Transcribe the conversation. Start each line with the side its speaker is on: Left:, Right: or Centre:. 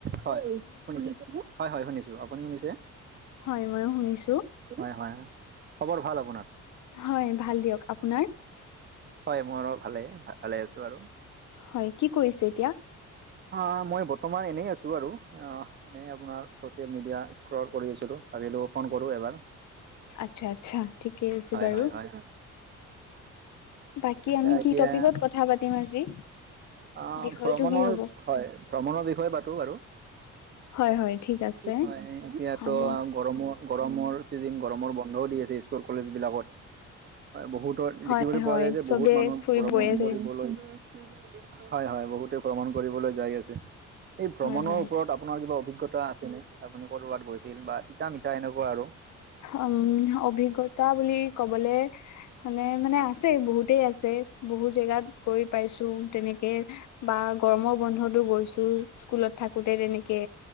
Right: হয়, শুনিছো হয়, হয়, শুনিছো আপুনি শুনিছে?
Left: হয় ময়ো শুনিছো
Right: হয়, হয়, খবৰ ভাল আপোনাৰ?
Left: হয়, ভাল দিয়ক আপোনাৰ?
Right: হয়, মোৰো ভালে ভালে আছো আৰু
Left: হয়, কি কৰিছে এতিয়া?
Right: অ', মই বৰ্তমান এনেই আছো আৰু অ' এনেই আপোনাৰ চচিয়েল মিডিয়া স্ক্ৰল কৰি আছিলোঁ ভাবিলো ফোন কৰো এবাৰ।
Left: আচ্ছা আচ্ছা ঠিকে আছে
Right: হয়,
Left: বাৰু
Right: হয়, হয়
Left: বাকী
Right: ঠিক আছে
Left: আমি
Right: এতিয়া
Left: কি টপিকত কথা পাতিম আজি?
Right: অ',
Left: বিষয়টো
Right: ভ্ৰমণৰ
Left: কি হ'ব
Right: হয়, ভ্ৰমণৰ বিষয়ে পাতো বাৰু
Left: হয় হয় ঠিক আছে
Right: হয়, এতিয়াতো
Left: হ'ব
Right: গৰমৰ গৰমৰ ছিজন গৰমৰ বন্ধও দি আছে স্কুল কলেজ বিলাকত। হয়, বহুতৰ
Left: হয়
Right: দেখিবলৈ পোৱা
Left: হয়
Right: যায় যে
Left: চবে
Right: বহুত মানুহ
Left: ফুৰি
Right: ভ্ৰমণ
Left: গৈ আছে
Right: কৰিবলৈ হয়, হয়, বহুতে ভ্ৰমণ কৰিবলৈ যাই আছে। এই ভ্ৰমণৰ
Left: হয় হয়
Right: ওপৰত আপোনাৰ কিবা অভিজ্ঞতা আছেনে আপুনি ক'ৰবাত গৈছিল বা তিতা মিঠা এনেকুৱা আৰু
Left: উম, অভিজ্ঞতা বুলি ক'বলে হলে মানে আছে বহুত বহুতে আছে বহুত জেগাত গৈ পাইছো তেনেকে বা গৰমৰ বন্ধতো গৈছো স্কুলত থাকোতে তেনেকে